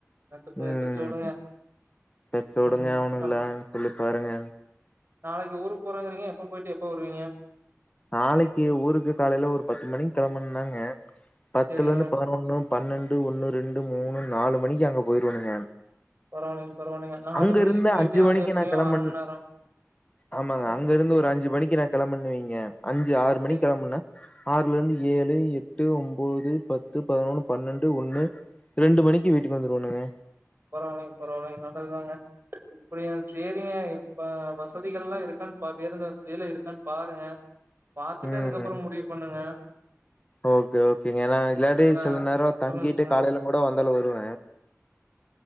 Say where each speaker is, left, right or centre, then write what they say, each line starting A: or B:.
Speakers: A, on the right; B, on the left.
A: <unintelligible>
B: ம். பெத்தோடுங்க
A: ம்
B: அவனுங்களா
A: அக்
B: சொல்லி பாருங்க.
A: நாளைக்கு ஊருக்கு போறங்கறீங்க எப்ப போயிட்டு எப்ப வருவீங்க
B: நாளைக்கு ஊருக்கு காலைல ஒரு பத்து மணிக்கு கெளம்புனனாங்க. பத்துலருந்து
A: சரிங்க
B: பதினொன்னு. பன்னண்டு, ஒன்னு, ரெண்டு, மூணு, நாலு மணிக்கு அங்க போயிருவனுங்க!
A: பரவால்லிங்க. பரவால்லிங்க. நாலு
B: அங்கருந்து
A: மணிக்கு போயிட்டு அங்க
B: மணிக்கு
A: எப்டியு
B: நான் கெளம்பன்
A: அரமண் நேரோ.
B: ஆமாங்க
A: சொல்லுங்க
B: அங்க
A: சொல்லுங்க
B: இருந்து ஒரு அஞ்சு மணிக்கு நா கொளம்பணண் வைங்க அஞ்சு ஆறு மணிக்கு
A: சரிங்க
B: கெளம்பு னு ஆறுலருந்து ஏழு, எட்டு, ஒம்போது, பத்து, பதனொன்னு, பன்னெண்டு, ஒன்னு, ரெண்டு மணிக்கு வீட்டுக்கு வந்துருவோணுங்க
A: பரவால்லைங் பரவால்லைங் நல்லதுதாங்க இப்படியு! சேரிங்க! இப்ப வசதிகல்லா இருக்கானு பா பேருந்து வசதியலா இருக்கான்னு பாருங்க! பாத்துட்டு
B: ம்.
A: அதுக்கப்பறோ முடிவு பண்ணுங்க!
B: ஓகே! ஓகேங்க! ஏன்னா இல்லாட்டி,
A: ஏன்னா
B: சில நேரோ தங்கிட்டு
A: சொல்லுங்க, சொல்லுங்க.
B: காலைலுங் கூட வந்தாலு வருவ